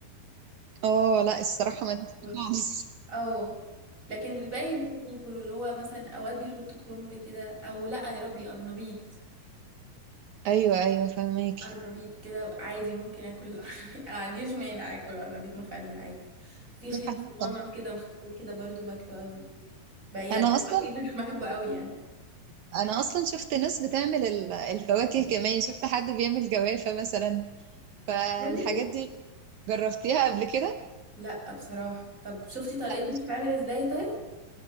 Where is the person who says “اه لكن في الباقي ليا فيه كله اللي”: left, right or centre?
Right